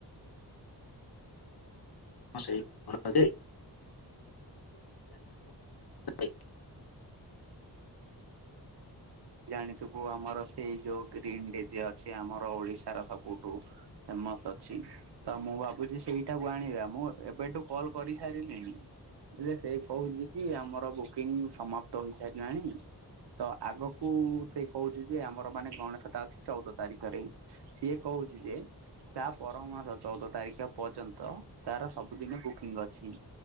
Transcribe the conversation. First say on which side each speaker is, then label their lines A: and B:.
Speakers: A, on the left; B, on the right.
A: ହଁ ସେଇ <unintelligible> ଦେ <unintelligible>
B: ଜାଣିଥିବୁ ଆମର ସେଇ ଯୋଉ ଗ୍ରୀନି ଡିଜେ ଅଛି ଆମର ଓଡିଶାର ସବୁଠୁ ତମରତ ଅଛି ତ ମୁଁ ଭାବ୍ ବୁଛି ସେଇଟାକୁ ଆଣିବା ମୁଁ ଏବେଠୁ କଲ୍ କରିସାରିଲିଣି ହେଲେ ସେ କହୁଚି। କି ଆମର ବୁକିଙ୍ଗି ସମାପ୍ତ ହେଇସାରିଲାଣି ତ ଆଗକୁ ସେ କହୁଚ ଯେ ଆମର ମାନେ ଗଣେଶ ଟା ଅଛି ଚଉଦ ତାରିଖରେ। ସିଏ କହୁଚି ଯେ ତା ପର ମାସ ଚଉଦ ତାରିଖ ପର୍ଯ୍ୟନ୍ତ ତାର ସବୁଦିନେ ବୁକିଙ୍ଗି ଅଛି।